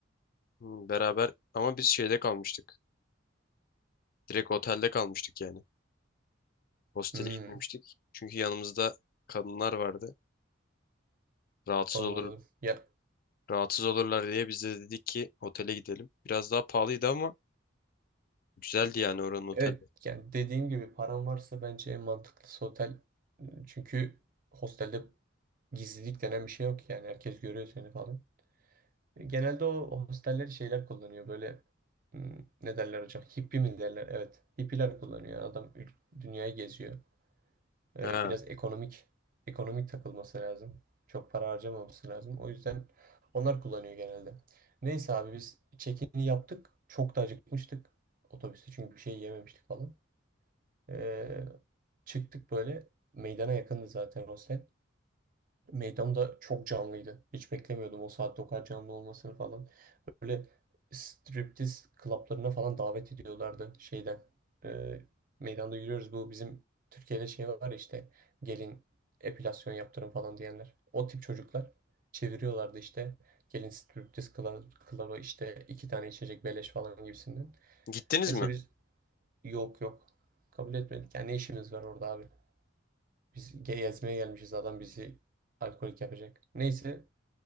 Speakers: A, on the left (about 45°); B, on the right (about 45°).
A: hı, beraber ama biz şeyde kalmıştık. Direkt otelde kalmıştık yani. Hostele
B: Hmm,
A: gitmemiştik. Çünkü yanımızda kadınlar vardı. Rahatsız
B: anladım.
A: olur
B: Ya
A: rahatsız olurlar diye biz de dedik ki otele gidelim. Biraz daha pahalıydı ama Güzeldi yani oranın oteli.
B: evet yani dediğim gibi param varsa bence en mantıklısı otel. Çünkü hostelde gizlilik denen bir şey yok yani herkes görüyor seni falan. E, Genelde o hosteller şeyler kullanıyor böyle hmm, ne derler hocam? Hippie mi derler? Evet. Hippiler kullanıyor. Adam ül- dünyayı geziyor. Ee,
A: Ha.
B: biraz ekonomik ekonomik takılması lazım. Çok para harcamaması lazım. O yüzden onlar kullanıyor genelde. Neyse abi biz check-in'i yaptık. Çok da acıkmıştık. Otobüste çünkü bir şey yememiştik falan. Ee, çıktık böyle meydana yakındı zaten hostel. Meydan da çok canlıydı. Hiç beklemiyordum o saatte o kadar canlı olmasını falan. Böyle striptiz klaplarına falan davet ediyorlardı şeyden. Ee, meydanda yürüyoruz. Bu bizim Türkiye'de şey var ya işte gelin epilasyon yaptırın falan diyenler. O tip çocuklar çeviriyorlardı işte. Gelin striptiz kla- klaba işte iki tane içecek beleş falan gibisinden.
A: Gittiniz
B: Neyse
A: mi?
B: biz yok yok kabul etmedik. Yani ne işimiz var orada abi? Biz ge- gezmeye gelmişiz adam bizi alkolik yapacak. Neyse